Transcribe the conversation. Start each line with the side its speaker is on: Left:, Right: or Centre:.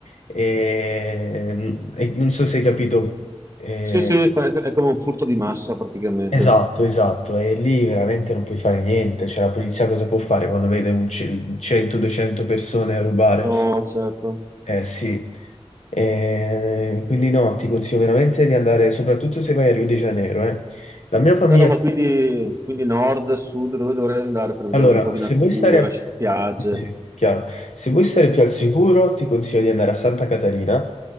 Left: e, e non so se hai capito. eh,
Right: Sì, sì, è è come un furto di massa praticamente.
Left: esatto, esatto, e lì veramente non puoi fare niente. Cioè, la polizia cosa può fare quando vede un ce- 100-200 persone a rubare?
Right: No, certo.
Left: Eh sì. Eh, quindi no, ti consiglio veramente di andare, soprattutto se vai a Rio de Janeiro, eh. La mia famiglia.
Right: No, no, ma quindi, quindi nord, sud, dove dovrei andare per vedervi
Left: Allora,
Right: un po' di
Left: se
Right: natura,
Left: vuoi stare a-
Right: spiagge?
Left: sì, sì, chiaro. Se vuoi stare più al sicuro, ti consiglio di andare a Santa Catarina,